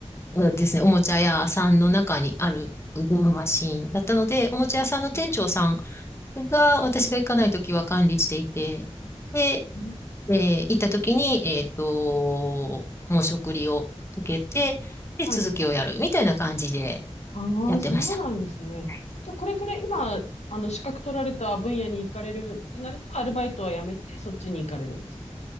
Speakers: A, on the left; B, on the left.
A: うんですね、おもちゃ屋さんの中にあるゲームマシンだったので、おもちゃ屋さんの店長さん
B: あ。
A: が私が行かないときは管理していて、で、
B: なるほど
A: えー行った時に、えっと、申し送りを受けて、で、
B: はい
A: 続きをやるみたいな感じで
B: ああ、
A: やってました。
B: そうなんですね。
A: はい
B: じゃあ、これくらい今、あの、資格取られた分野に行かれるってなると、アルバイトはやめて、そっちに行かれるんですか